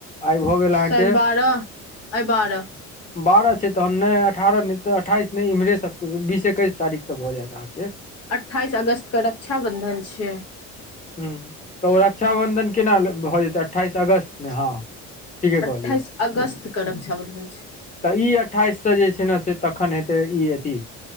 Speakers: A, on the left; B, on the left.
A: आइ भऽ गेल अहाँके
B: शायद बारह आइ बारह
A: बारह छै तहन नहि अठारह नहि तऽ अट्ठाइस नहि इम्हरेसँ बीस एकैस तारीखसँ भऽ जायत अहाँके।
B: अट्ठाइस अगस्त के रक्षाबन्धन छियै।
A: ह्म तऽ ओ रक्षाबन्धन केना भऽ जेतै अट्ठाइस अगस्तमे हँ ठीके
B: अट्ठाइस
A: कहलियै
B: अगस्त के रक्षाबंधन छै
A: तऽ ई अट्ठाइससँ जे छै ने से तखन हेतै ई अथी